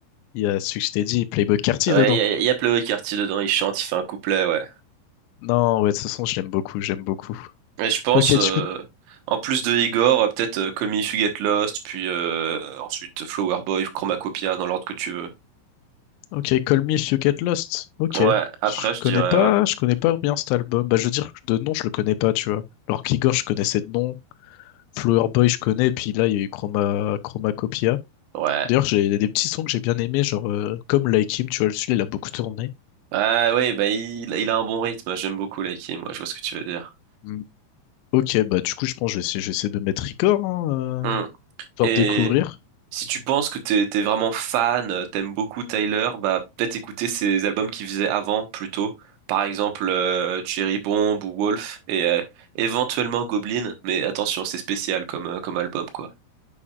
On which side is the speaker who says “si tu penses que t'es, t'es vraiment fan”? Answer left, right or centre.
Right